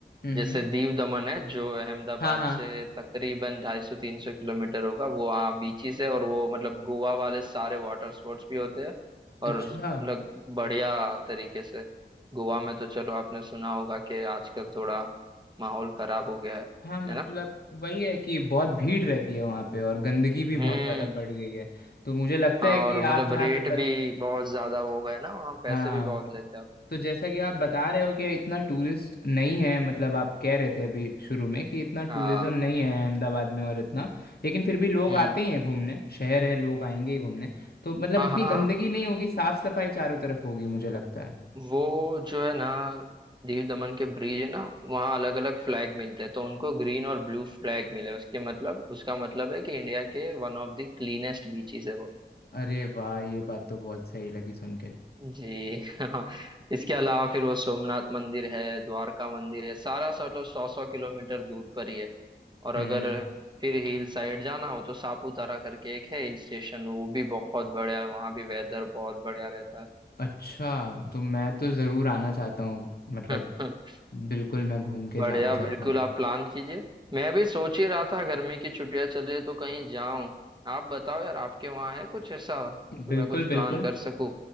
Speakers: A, on the left (about 65°); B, on the right (about 25°).
A: हम्म
B: जैसे
A: हम्म।
B: दीव दमन है जो अहमदाबाद
A: हाँ हाँ
B: से तकरीबन ढाई सौ तीन सौ किलोमीटर होगा वो हाँ बीचेस है और वो मतलब गोवा वाले सारे वाटर स्पोर्ट्स भी होते हैं
A: अच्छा
B: और मतलब बढ़िया तरीके से गोवा में तो चलो आपने सुना होगा कि आजकल थोड़ा माहौल खराब हो गया है
A: हाँ मतलब
B: है ना
A: वही है कि बहुत भीड़ रहती है वहाँ पे और गंदगी भी
B: हम्म
A: बहुत ज़्यादा बढ़ गई है तो मुझे लगता
B: हाँ
A: है कि
B: और मतलब
A: आप जहाँ
B: रेट
A: पे बत
B: भी बहुत ज्यादा हो गए ना वहाँ पैसे
A: हाँ
B: भी बहुत लेते हैं अब
A: तो जैसा कि आप बता रहे हो कि इतना टूरिस्ट नहीं है मतलब आप कह रहे थे अभी शुरू में कि इतना
B: हाँ
A: टूरिज्म नहीं है अहमदाबाद में और इतना लेकिन फिर भी लोग
B: हम्म
A: आते ही हैं घूमने शहर है लोग आएंगे ही घूमने तो मतलब
B: हाँ
A: उतनी
B: हाँ
A: गंदगी
B: हाँ,
A: नहीं होगी साफ सफाई चारों तरफ होगी मुझे लगता है
B: वो जो है ना दीव दमन के ब्रिज है ना वहाँ अलग अलग फ्लैग मिलते हैं तो उनको ग्रीन और ब्लू फ्लैग मिले उसके मतलब उसका मतलब है कि इंडिया के one of the cleanest beaches है वो
A: अरे वाह ये बात तो बहुत सही लगी सुन के
B: जी हाँ इसके अलावा फिर वो सोमनाथ मंदिर है द्वारका मंदिर है सारा सा मतलब सौ सौ किलोमीटर दूर पर ही है और अगर
A: हम्म
B: फिर हिल साइड जाना हो तो सापुतारा करके एक है हिल स्टेशन वो भी बहुत बढ़िया है वहाँ भी वेदर बहुत बढ़िया रहता
A: अच्छा तो मैं तो ज़रूर आना चाहता हूँ मतलब
B: है <laughs>
A: बिल्कुल मैं घूम के
B: बढ़िया
A: जाना चाहता
B: बिल्कुल
A: हूँ
B: आप प्लान कीजिए मैं भी सोच ही रहा था गर्मी की छुट्टियां चल रही है तो कहीं जाऊं आप बताओ यार आपके वहाँ है कुछ ऐसा
A: बिल्कुल
B: तो मैं कुछ
A: बिल्कुल
B: प्लान कर सकूं